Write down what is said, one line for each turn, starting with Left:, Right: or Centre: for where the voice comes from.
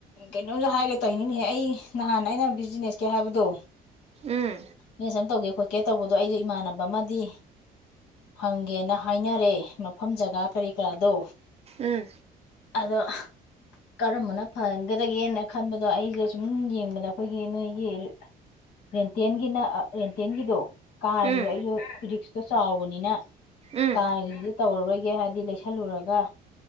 Left: ꯀꯩꯅꯣꯝꯁꯨ ꯍꯥꯏꯒꯦ ꯇꯧꯅꯤꯍꯦ ꯑꯩ ꯅꯍꯥꯟ ꯑꯩꯅ ꯕꯤꯖꯤꯅꯦꯁꯀꯦ ꯍꯥꯏꯕꯗꯣ
Right: ꯎꯝ
Left: ꯅ ꯁꯝ ꯇꯧꯒꯦ ꯈꯣꯠꯀꯦ ꯇꯧꯕꯗꯣ ꯑꯩꯗꯣ ꯏꯃꯥꯟꯅꯕ ꯑꯃꯗꯤ ꯍꯪꯒꯦꯅ ꯍꯥꯏꯅꯔꯦ ꯃꯐꯝ ꯖꯒꯥ ꯀꯔꯤ ꯀꯔꯥꯗꯣ
Right: ꯎꯝ
Left: ꯑꯗꯣ ꯀꯔꯝꯕꯅ ꯐꯍꯟꯒꯗꯒꯦꯅ ꯈꯟꯕꯗꯣ ꯑꯩꯁꯦ ꯁꯨꯝ ꯌꯦꯡꯕꯗ ꯑꯩꯈꯣꯏꯒꯤ ꯅꯣꯏꯒꯤ ꯔꯦꯟꯇꯦꯟꯒꯤꯅ ꯔꯦꯟꯇꯦꯟꯒꯤꯗꯣ ꯀꯥꯔꯒꯤꯗꯣ
Right: ꯎꯝ
Left: ꯑꯩꯁꯨ ꯔꯤꯛꯁꯇꯣ ꯆꯥꯎꯕꯅꯤꯅ
Right: ꯎꯝ
Left: ꯀꯥꯔꯒꯤꯗꯤ ꯇꯧꯔꯔꯣꯏꯒꯦ ꯍꯥꯏꯕꯗꯤ ꯂꯩꯁꯜꯂꯨꯔꯒ